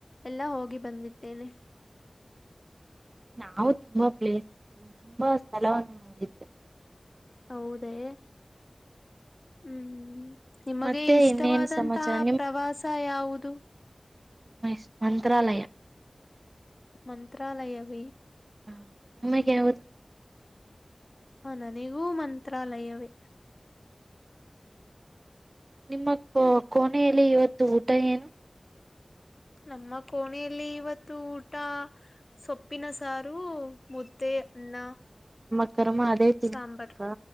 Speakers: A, on the left; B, on the right.
A: ಎಲ್ಲ ಹೋಗಿ ಬಂದಿದ್ದೇನೆ
B: ನಾವು ತುಂಬಾ ಪ್ಲೇಸ್ ತುಂಬಾ ಸ್ಥಳವನ್ನು ನೋಡಿದ್ವಿ
A: ಹೌದೇ ಹ್ಮ್್ಮ ನಿಮಗೆ
B: ಮತ್ತೆ
A: ಇಷ್ಟವಾದಂತಹ
B: ಇನ್ನೇನ್ ಸಮಾಚಾರ
A: ಪ್ರವಾಸ ಯಾವುದು
B: ನಮ್ಮ ಮಂತ್ರಾಲಯ
A: ಮಂತ್ರಾಲಯವ
B: ಹೌದು ನಿಮಗೆ ಯಾವದು
A: ಹ ನನಗೂ ಮಂತ್ರಾಲಯವೇ
B: ನಿಮ್ಮ ಕೋನೆಯಲ್ಲಿ ಇವತ್ತು ಊಟ ಏನು
A: ನಮ್ಮ ಕೋಣೆಯಲ್ಲಿ ಇವತ್ತು ಊಟ ಸೊಪ್ಪ ತಪ್ಪಿನ ಸಾರು ಮುದ್ದೆ ಅನ್ನ
B: ಅಕರಮ ಅದೇ ತಿೀಪಾ
A: ಸಾಂಬಾರ್